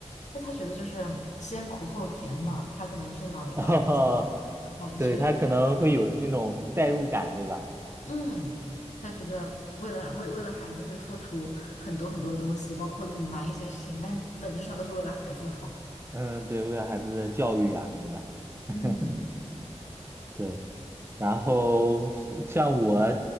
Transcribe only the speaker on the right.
<laughs>，哦，
对，他可能会有那种代入感，
对吧？
嗯，对，为了孩子的教育啊什么的。<laughs>
对，然后像我